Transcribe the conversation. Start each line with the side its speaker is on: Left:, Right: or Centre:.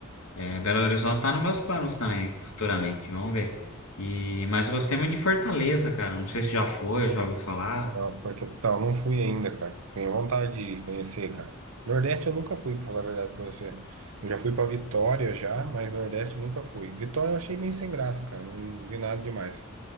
Left: é, Belo Horizonte tá nos meus planos também, futuramente. Vamos ver. E, mas eu gostei muito de Fortaleza, cara. Não sei se já foi, já ouviu falar.
Right: Ah, Porto- Então, não fui ainda, cara. Tenho vontade de conhecer, cara. Nordeste eu nunca fui, pra falar a verdade pra você. Eu já fui pra Vitória já, mas Nordeste eu nunca fui. Vitória eu achei meio sem graça, cara. Não vi nada demais.